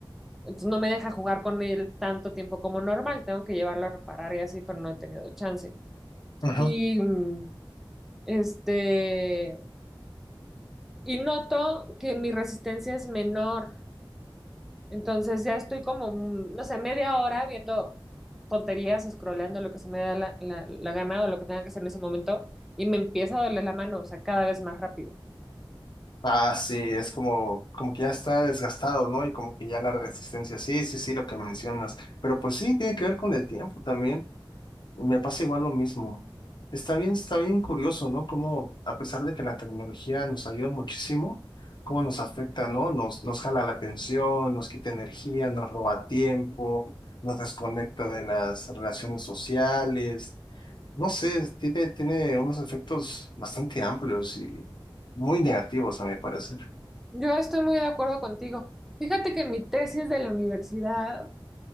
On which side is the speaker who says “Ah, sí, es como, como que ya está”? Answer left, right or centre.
Left